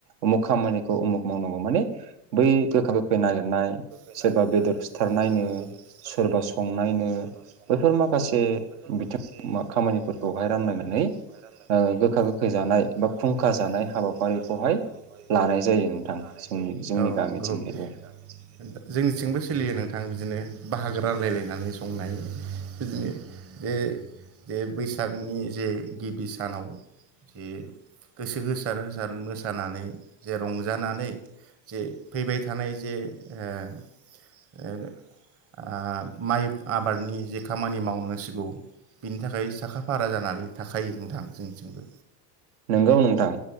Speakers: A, on the right (about 75°); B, on the right (about 30°).
A: उमुख खामानिखौ उमुख मावनांगौ माने बै गोखा गोखै नागिरनाय
B: नागिरनाय
A: सोरबा बेदर सिथारनायनो
B: सोरबा बेदर सिथारनायनो
A: सोरबा संनायनो
B: सोरबा संनायनो
A: बैफोर माखासे
B: बेफोर
A: बिथिं
B: माखासे
A: खामानिफोरखौहाय
B: बिथिं
A: रानलायनानै
B: खामानिफोरखौहाय रानलायनानै
A: ओ गोखा गोखै जानाय
B: गोखा
A: बा
B: गोखै
A: खुंखा
B: जानाय बा
A: हाबाफारिखौहाय
B: फुंखा जानाय हाबाफारिखौहाय
A: लानाय जायो नोंथां
B: लानाय
A: जोंनि
B: जायो।
A: जोंनि गामिथिंजायबो
B: जोंनिथिंबो सोलियो नोंथां बिदिनो बाहागो रानलायलायनानै संनाय बिदिनो जे ज बैसागनि जे गिबि सानाव जे गोसो होसार होसार मोसानानै जे रंजानानै जे फैबाय थानाय जे आ ओ आ माइ आबादनि जे खामानि मावनांसिगौ बिनि थाखाय साखा फारा जानानै थाखायो नोंथां जोंनिथिंबो
A: नंगौ नोंथां